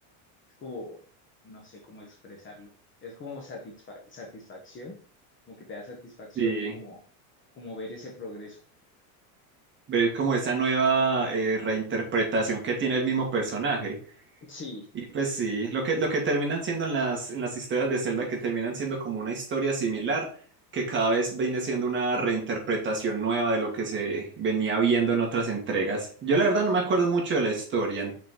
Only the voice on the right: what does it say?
Sí.
ver como esa nueva eh, reinterpretación que tiene el mismo personaje.
Y pues sí, lo que, lo que terminan siendo en las, en las historias de Zelda, que terminan siendo como una historia similar, que cada vez viene siendo una reinterpretación nueva de lo que se venía viendo en otras entregas. Yo la verdad no me acuerdo mucho de la historia,